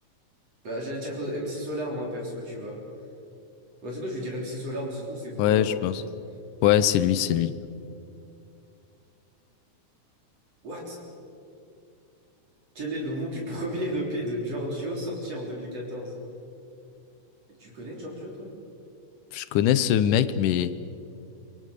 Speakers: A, on the right; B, on the left.
A: Bah, j'allais dire euh, MC Solar, moi, perso, tu vois. Bon, en tout cas, je vais dire MC Solar, mais ça se trouve, c'est Booba,
B: Ouais,
A: hein,
B: je pense.
A: mais... euh,
B: Ouais, c'est lui, c'est lui.
A: What? Quel est le nom du premier EP de Giorgio sorti en 2014? Et tu le connais Giorgio, toi?
B: Je connais ce mec, mais...